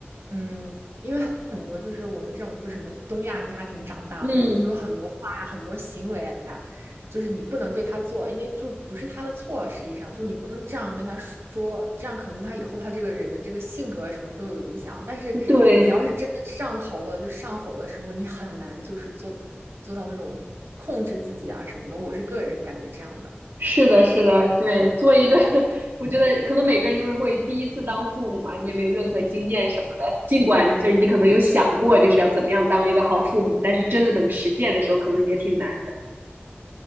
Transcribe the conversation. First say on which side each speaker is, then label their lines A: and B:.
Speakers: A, on the right; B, on the right.
A: 嗯，因为很很多就是我们这种不是什么东亚家庭长大的嘛，
B: 嗯，
A: 就有很多话呀、很多行为啊，就是你不能对他做，因为就不是他的错，实际上就你不能这样跟他说，这样可能他以后他这个人的这个性格什么都有影响。但是你要是真的上头了，
B: 对，
A: 就上火的时候，你很难就是做做到那种控制自己啊什么的。我是个人感觉这样的。
B: 是的，是的，对。做一个，<laughs> 我觉得可能每个人都是会第一次当父母嘛，你也没有任何经验什么的。尽管就是你可能有想过就是要怎么样当一个好父母，但是真的等实践的时候，可能也挺难的。